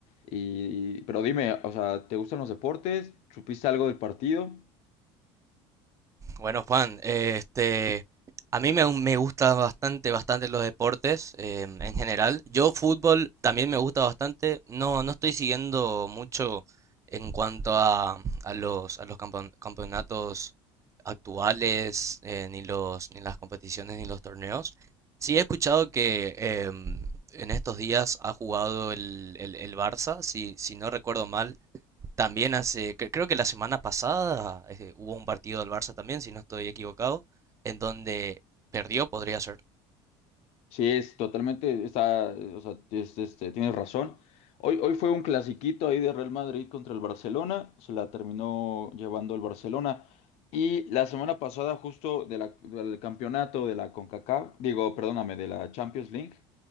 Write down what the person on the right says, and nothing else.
Bueno, Juan, eh, este, a mí me, me gusta bastante, bastante los deportes eh, en general. Yo fútbol también me gusta bastante. No, no estoy siguiendo mucho en cuanto a, a los, a los campeon- campeonatos actuales, eh, ni los, ni las competiciones, ni los torneos. Sí he escuchado que em, en estos días ha jugado el, el, el Barça, si, si no recuerdo mal, también hace, cre- creo que la semana pasada eh, hubo un partido del Barça también, si no estoy equivocado, en donde perdió, podría ser.